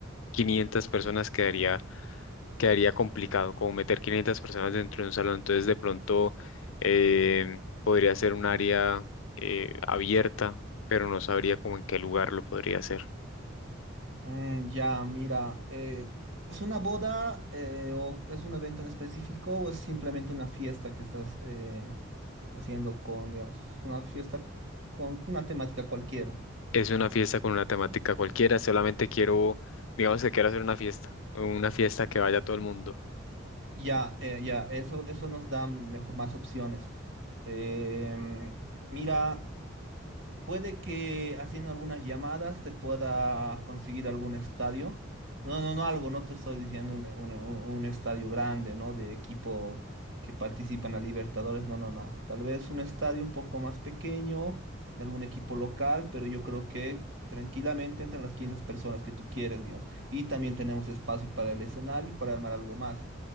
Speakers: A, on the left; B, on the right.
A: 500 personas quedaría quedaría complicado, como meter 500 personas dentro de un salón. Entonces, de pronto eh, podría ser un área eh, abierta, pero no sabría como en qué lugar lo podría hacer.
B: Mm, ya, mira, eh, ¿es una boda eh, o es un evento en específico o es simplemente una fiesta que estás eh, haciendo con, digamos, una fiesta con una temática cualquiera?
A: Es una fiesta con una temática cualquiera, solamente quiero, digamos que quiero hacer una fiesta, una fiesta que vaya todo el mundo.
B: Ya, eh, ya, eso, eso nos da mejo- más opciones. Em, mira, puede que haciendo algunas llamadas te pueda conseguir algún estadio. No, no, no algo, no te estoy diciendo un, un- un estadio grande, ¿no? De equipo que participa en la Libertadores, no, no, no. Tal vez un estadio un poco más pequeño, de algún equipo local, pero yo creo que tranquilamente entran las 500 personas que tú quieres, digamos. Y también tenemos espacio para el escenario y para armar algo más.